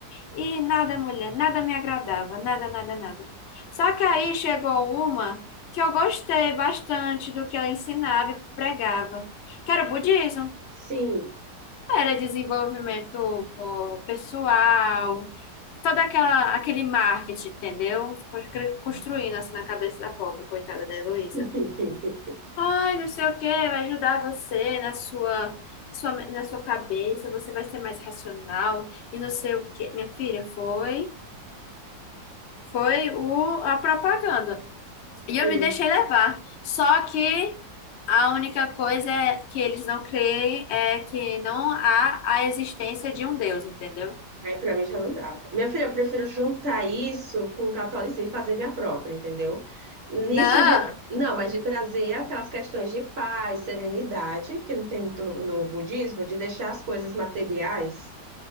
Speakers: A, on the left; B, on the right.
A: E nada, mulher, nada me agradava, nada, nada, nada. Só que aí chegou uma que eu gostei bastante do que ela ensinava e pregava, que era o budismo.
B: Sim.
A: Era desenvolvimento pessoal, toda aquela aquele marketing, entendeu? Foi cre- Construindo assim na cabeça da pobre, coitada da Heloísa.
B: <laughs>
A: Ai, não sei o que, vai ajudar você na sua, sua na sua cabeça, você vai ser mais racional e não sei o que. Minha filha, foi foi o, a propaganda. E eu
B: E,
A: me deixei levar. Só que a única coisa é que eles não creem é que não há a existência de um Deus, entendeu?
B: aí pra mim já não dá. Minha filha, eu prefiro juntar isso com o catolicismo e fazer minha própria, entendeu? Nisso
A: Não,
B: de. Não, mas de trazer aquelas questões de paz, serenidade, que não tem muito no, no budismo, de deixar as coisas materiais.